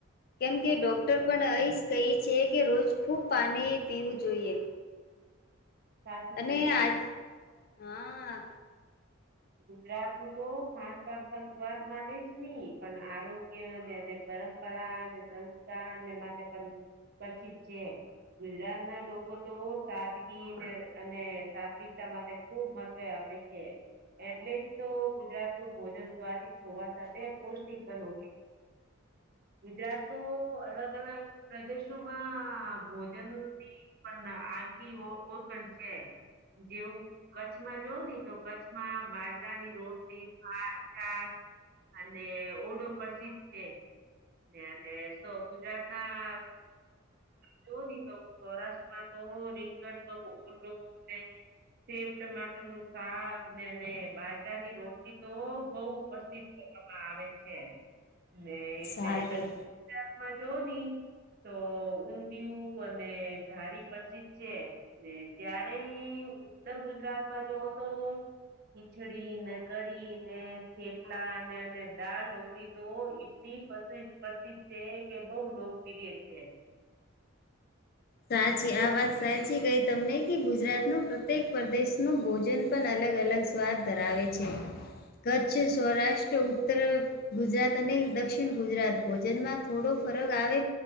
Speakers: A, on the left (about 45°); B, on the right (about 50°).
A: કેમ કે ડોક્ટર પણ અહી કહી છે, કે રોજ ખૂબ પાણી પીવું જોઈએ
B: સાચું
A: અને
B: કયું તમે.
A: આજ હા
B: ગુજરાત નું તો ખાન પાાન સ્વાત માટે જ નહી પણ આરોગ્ય એ પરંપરા અને સંસ્કારને માટે પણ પ્રસિદ્ધ છે ગુજરાત ના લોકો તો સાદગીને અને સાત્વિકતા માટે ખૂબ મહત્ત્વ અપેક્ષ એટલે જ તો ગુજરાત નું ભોજન સ્વાદિષ્ટ હોવા સાથે પૌષ્ટિક પણ હો ગુજરાત તો અલગ અલગ પ્રદેશોમાં ભોજન પણ આગી ઓરકણ છે જેવું કચ્છમાં જો ને તો કચ્છમાં બાજરા ની રોટલી હાર ચાર અને ઓડો પ્રસિદ્ધ છે નેલે સો ગુજરાત ના જો નહી તો સૌરાષ્ટ્રમાં તો રીંગણ નો ઓલો ને સેબ ટમાટર નું સાગ અને બાજરાની રોટલી તો બહ પ્રસિદ્ધ કરવામાં આવે છે ને એટલે
A: સારી
B: દક્ષિણ ગુજરાતમાં જોવ ની તો ઊંધિય અને ઘારી પ્રસિધ છે ને જ્યારે ઉત્તર ગુજરાતમાં જોવ તો ખીચડી ને કઢી ને થેપલા ને અને દળ ઢોકળી તો ઈટલી પ્રસિદ્ધ છે કે બહુ લોકપ્રિય છે
A: સાચી આ વાત સાચી ગઈ તમને કે ગુજરાત ન પ્રત્યેક પ્રદેશનુંું ભોજન પણ અલગ અલગ સ્વાદ ધરાવે છે કચ્છ સૌરાષ્ટ્ર ઉત્તર ગુજરાત અને દક્ષિણ ગુજરાત ભોજનમાં થોડો ફરક આવે